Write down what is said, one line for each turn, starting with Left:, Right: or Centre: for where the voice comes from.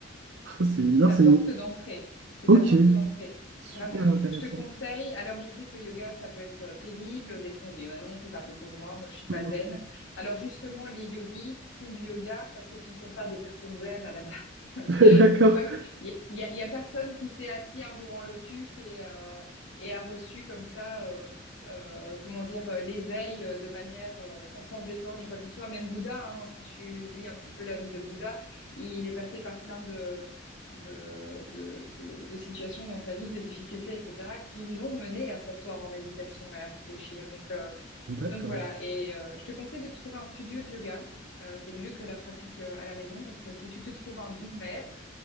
Right: <laughs> C'est, non,
Left: C'est ta
Right: c'est
Left: porte d'entrée. C'est
Right: ok,
Left: ta porte d'entrée.
Right: c'est
Left: Vraiment.
Right: super intéressant.
Left: Je te conseille, alors je sais que le yoga, ça peut être euh, pénible. Des fois, on dit, ah non, c'est pas fait pour moi. Moi, je suis pas
Right: <laughs>
Left: zen. Alors justement, les yogis font du yoga parce que ce ne sont pas des personnes zen à la base. <laughs>
Right: D'accord.
Left: Faut pas... Il y a, il y a- il y a personne qui s'est assis un jour en lotus et, euh, et a reçu comme ça, euh, euh, comment dire, euh, l'éveil euh, de manière euh, sans, sans effort ni quoi que ce soit. Même Bouddha, hein, si tu lis un petit peu la vie de Bouddha, il est passé par plein de de, de, de, de situations dans sa vie, de difficultés, etc., qui l'ont mené à s'asseoir en méditation et à réfléchir. Donc, euh,
Right: D'accord.
Left: donc voilà. Et euh, je te conseille de te trouver un studio de yoga. Euh, c'est mieux que la pratique euh, à la maison parce que si tu te trouves un bon maître